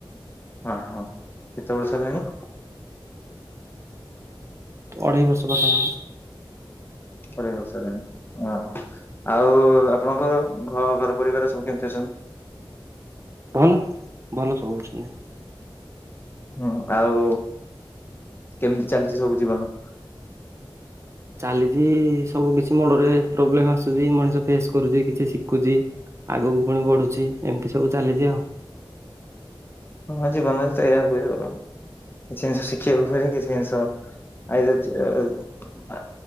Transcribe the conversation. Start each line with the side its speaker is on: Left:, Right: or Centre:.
Left: ହଁ, ହଁ କେତେ ବର୍ଷ ହେଲାଣି?
Right: ଅଢ଼େଇ ବର୍ଷ ପାଖାପାଖି।
Left: ଅଢ଼େଇ ବର୍ଷ ହେଲାଣି ଓହୋ ଆଉ ଆପଣଙ୍କର ଘ ଘର ପରିବାର ସବୁ କେମିତି ଅଛନ୍ତି?
Right: ଭଲ, ଭଲ ସବୁ ଅଛନ୍ତି।
Left: ହୁଁ, ଆଉ କେମିତି ଚାଲିଚି ସବୁ ଜୀବନ?
Right: ଚାଲିଚି ସବୁ କିଛି ମୋଡ଼ରେ ପ୍ରୋବ୍ଲେମ୍ ଆସୁଚି ମଣିଷ ଫେସ୍ କରୁଚି କିଛି ଶିଖୁଛି, ଆଗକୁ ଫୁଣି ବଢ଼ୁଚି ଏମିତି ସବୁ ଚାଲିଚି ଆଉ।
Left: ହଁ ଜୀବନରେ ତ ଏଇୟା ହୁଏ ଆଉ। କିଛି ଜିନିଷ ଶିଖିବାକୁ ହୁଏ, କିଛି ଜିନିଷ ଆଇଦର୍ ଅ